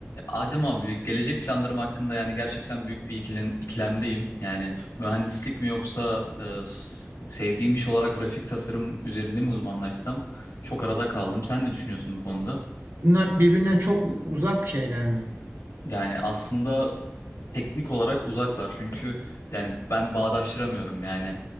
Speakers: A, on the left; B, on the right.
A: Adem abi gelecek planlarım hakkında yani gerçekten büyük bir ikilem, ikilemdeyim. Yani mühendislik mi yoksa e, sevdiğim iş olarak grafik tasarım üzerinde mi uzmanlaşsam çok arada kaldım. Sen ne düşünüyorsun bu konuda?
B: Bunlar birbirinden çok uzak şeyler mi?
A: Yani aslında teknik olarak uzaklar çünkü yani ben bağdaştıramıyorum yani.